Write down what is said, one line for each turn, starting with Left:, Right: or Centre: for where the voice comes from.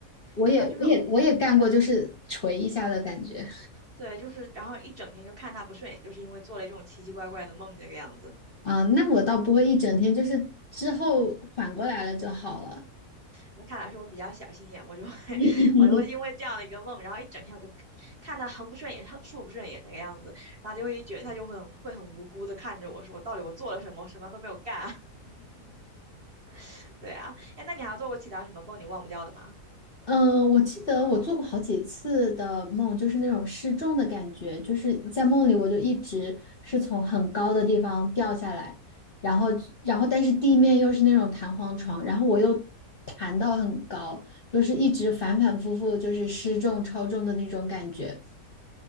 Left: 我也我也我也干过，
Right: 对啊，就是
Left: 就是捶一下的感觉
Right: 对，就是，然后一整天就看他不顺眼，就是因为做了这种奇奇怪怪的梦这个样子。
Left: 啊，那我倒不会一整天，就是之后缓过来了就好了。
Right: 那看来是我比较小心眼，我就会 <laughs>
Left: <laughs>
Right: 我就会因为这样的一个梦，然后一整天我就看他横不顺眼，竖不顺眼那个样子，然后就会觉得他就会很会很无辜的看着我说，到底我做了什么？我什么都没有干啊。<laughs> 对啊，哎，那你还做过其他什么梦你忘不掉的吗？
Left: 嗯，我记得我做过好几次的梦，就是那种失重的感觉，就是在梦里我就一直是从很高的地方掉下来，然后然后但是地面又是那种弹簧床，然后我又弹到很高，就是一直反反复复就是失重超重的那种感觉。